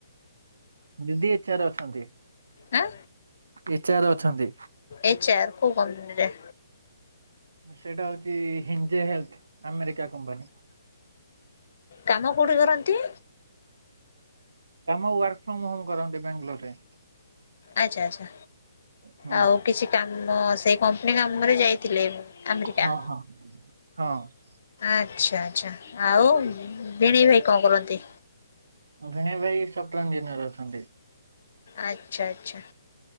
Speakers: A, on the right (about 85°); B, on the left (about 45°).
A: ଦିଦି ଏଚ୍ ଆ ର ଅଛନ୍ତି।
B: ଆଁ
A: ଏଚ ଆର ଅଛନ୍ତି।
B: ଏଚ ଆର କଉ କମ୍ପାନୀରେ?
A: ସେଇଟା ହଉଛି ହିଞ୍ଜେ ହେଲ୍ଥ ଆମେରିକା କମ୍ପାନୀ।
B: କାମ କୋଉଠି କରନ୍ତି?
A: କାମ ୱାର୍କ ଫ୍ରମ ହୋମ କରନ୍ତି ବାଙ୍ଗାଲୋରରେ।
B: ଆଚ୍ଛା ଆଚ୍ଛା
A: ହୁଁ
B: ଆଉ କିଛି କାମ ସେଇ କମ୍ପାନୀ କାମରେ ଯାଇଥିଲେ। ଆମେରିକା।
A: ହଁ ହଁ ହଁ
B: ଆଚ୍ଛା ଆଚ୍ଛା ଆଉ ଭିଣେଇ ଭାଇ କଣ କରନ୍ତି?
A: ଭିଣେଇ ଭାଇ ଏଇ ସଫ୍ଟର ଇଞ୍ଜିନିୟର ଅଛନ୍ତି।
B: ଆଚ୍ଛା ଆଚ୍ଛା।